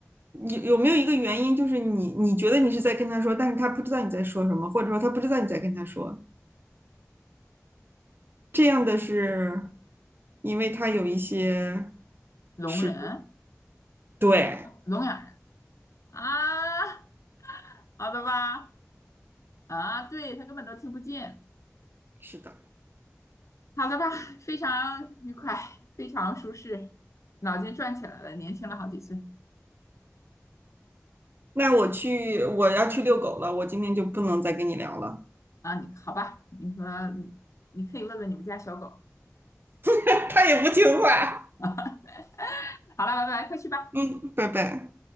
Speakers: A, on the right (about 40°); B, on the left (about 70°).
A: 有有没有一个原因，就是你你觉得你是在跟他说，但是他不知道你在说什么，或者说他不知道你在跟他说。这样的是，因为他有一些
B: 聋人，
A: 是，对，
B: 聋哑人啊，好的吧？啊，对，他根本都听不见。
A: 是的。
B: 好的吧，非常愉快，非常舒适，脑筋转起来了，年轻了好几岁
A: 那我去，我要去遛狗了，我今天就不能再跟你聊了。
B: 啊！你好吧，你说你，你可以问问你们家小狗
A: <laughs> 他也不听话。
B: 啊。<laughs> 好了，拜拜，快去吧。
A: 嗯，拜拜。